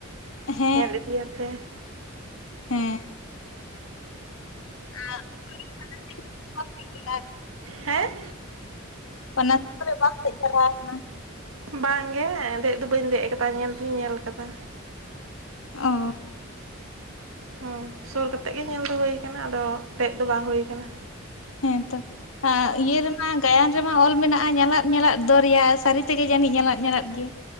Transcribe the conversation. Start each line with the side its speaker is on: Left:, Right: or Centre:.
Left: ᱦᱮᱸ
Right: ᱧᱮᱞ ᱤᱫᱤᱭᱟᱯᱮ,
Left: ᱦᱮᱸ᱾ ᱦ <unintelligible>
Right: ᱦᱮᱸ?
Left: ᱚᱱᱟ ᱠᱚᱨᱮ ᱵᱟᱢ ᱫᱮᱡ ᱵᱟᱲᱟ ᱠᱟᱱᱟ?
Right: ᱵᱟᱝᱜᱮ ᱫᱮᱡ ᱫᱚ ᱵᱟᱹᱧ ᱫᱮᱡ ᱟᱠᱟᱫᱟ ᱧᱮᱞ ᱫᱩᱧ ᱧᱮᱞ ᱠᱟᱫᱟ᱾
Left: ᱚ᱾
Right: ᱦᱳᱸ ᱥᱩᱨ ᱠᱟᱛᱮᱜ ᱜᱮ ᱧᱮᱞ ᱫᱚ ᱦᱩᱭ ᱟᱨ ᱠᱟᱱᱟ ᱟᱫᱚ ᱫᱮᱡ ᱫᱚ ᱵᱟᱝ ᱦᱩᱭ ᱠᱟᱱᱟ᱾
Left: ᱦᱮᱸ ᱛᱚ, ᱤᱭᱟᱹ ᱨᱮᱢᱟ ᱜᱟᱭᱟᱱ ᱨᱮᱢᱟ ᱚᱞ ᱢᱮᱱᱟᱜᱼᱟ ᱧᱟᱞᱟᱫ ᱧᱟᱞᱟᱫ ᱫᱚᱨᱭᱟ ᱥᱟᱹᱨᱤ ᱛᱮᱜᱮ ᱡᱟᱹᱱᱤᱡ ᱧᱟᱞᱟᱫ ᱧᱟᱞᱟᱫ ᱜᱮᱭᱟ?